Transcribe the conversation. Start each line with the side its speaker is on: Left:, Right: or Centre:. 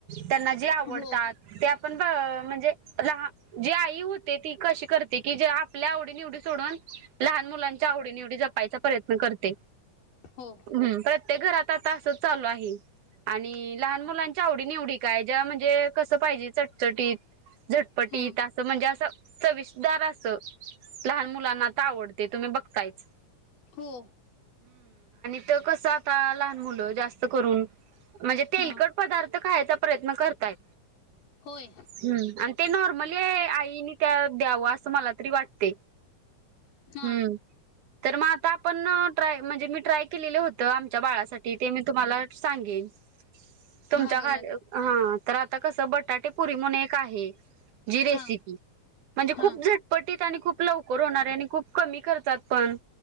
Right: त्यांना जे आवडतात.
Left: हो
Right: पण म्हणजे जी आई होते. ती कशी करते की आपल्या आवडी निवडी सोडुन लहान मुलांच्या आवडी-निवडी जपायचा प्रयत्न करते.
Left: हो
Right: हमं प्रत्येक घरात आता असंच चालू आहे. आणि लहान मुलांच्या आवडी-निवडी काय? ज्या म्हणजे पाहिजे चटचटीत. झटपटी
Left: हम्म
Right: म्हणजे असं चविस्दार असं. लहान मुलांना आता आवडते तुम्ही बघतायच.
Left: हो.
Right: ते कसं आता, लहान मुलं जास्त करून म्हणजे तेलकट
Left: हा
Right: पदार्थ. ते खायचा प्रयत्न करताय
Left: होय
Right: हम. अण ते न नॉर्मल मली आईनी त्या द्याव असं मला तरी वाटते.
Left: हा.
Right: हम्म तर मग आता आपण ट्राय म्हणजे मी ट्राय केलेलं होतं. आमच्या बाळासाठी ते मी तुम्हाला सांगेन. तुमच्या
Left: हा बोला
Right: घर
Left: की
Right: हा तर आता कस बटाटेपुरी म्हून एक आहे.. जी रेसिपी.
Left: हा
Right: म्हणजे खूप
Left: हा
Right: झटपटीत आणि खूप.. लवकर होणारे आणि खूप कमी खर्चातपण